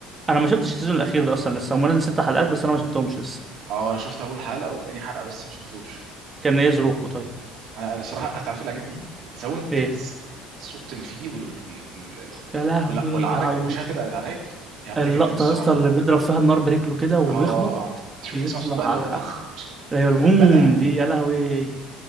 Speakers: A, on the right; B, on the right.
A: انا ما شفتش السيزون الاخير ده اصلا لسه هم نزل ست حلقات بس انا ما شفتهمش لسه
B: اه انا شفت اول حلقه وتاني حلقه بس ما شفتوش
A: كان ايه ظروفه طيب
B: انا الصراحه هتعرف اللي عاجبني ايه الساوند افكتس
A: إيه؟
B: الصوت اللي فيه وال وال وال وال
A: يا لهوي
B: وال- والعرك
A: على
B: المشاهد العراك جامده
A: اللقطة
B: جدا الصراحه
A: يا اسطى اللي بيضرب فيها النار برجله كده ويخبط
B: اه تشوف
A: بيطلع
B: تسمع صوت بقى اللي هو طخ
A: ايوه
B: بقى
A: البوم دي يا لهوي